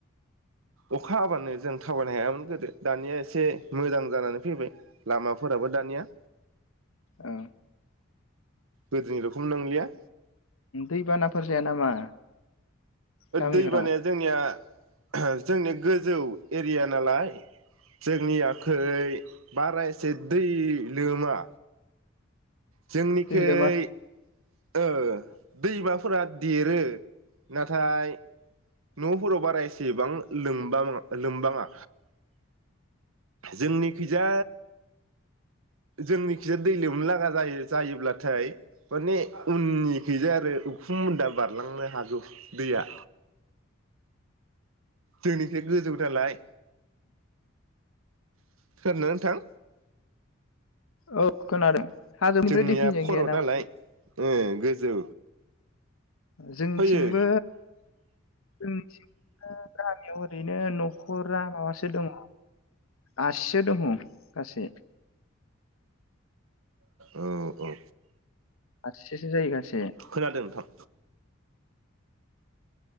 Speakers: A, on the right; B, on the left.
A: अखा हाबानो जों थाबायनो हायामोन गोदो दानिया एसे मोजां जानानै फैबाय लामाफोराबो दानिया
B: ए
A: गोदोनि रखोम नंलिया
B: दैबानाफोर जाया नामा गामिफोराव
A: दैबानाया जोंनिया जोंनि गोजौ एरिया नालाय जोंनि आखै बारायसे दै लोमा जोंनिखियै
B: दै लोमा?
A: ओ दैमाफोरा देरो नाथाय न'फोराव बारा <unintelligible> एसेबां लम लोमबाङा जोंनिखैजा जोंनिखिजाया दै लोमनोलागा जायो जायोब्लाथाय माने उननिखैजाय आरो उखुम मुनन्दा बारलांनो हागौ दैया जोंनिफ्राय गोजौनालाय <unintelligible> नोंथां
B: औ खोनादों हाजोनिफ्राय
A: जोंनिया
B: दै फैनाय
A: खर'
B: गैया नामा?
A: नालाय गोजौ
B: जोंथिंबो
A: फैयो
B: जोंनि थिंना गामियाव ओरैनो न' नखरा माबासो दङ आसिसो दङ गासै
A: औ औ
B: आसिसोसो जायो गासै
A: खोनादों नोंथां